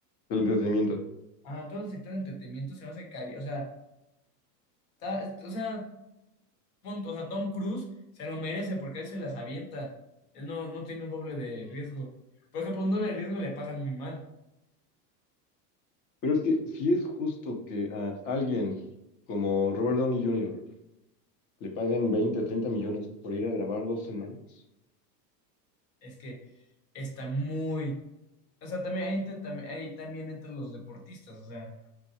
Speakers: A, on the left; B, on the left.
A: el entretenimiento.
B: ah, todo el sector de entretenimiento se me hace cari, o sea, ta- o sea, punto, o sea, Tom Cruise se lo merece porque él se las avienta. Él no, no tiene un doble de riesgo. Por ejemplo, un doble de riesgo le pagan muy mal.
A: Pero es que si es justo que a alguien como Robert Downey Jr. le paguen 20 o 30 millones por ir a grabar dos semanas,
B: Es que está muy, O sea, también ahí, entra- también ahí también entre los deportistas, o sea,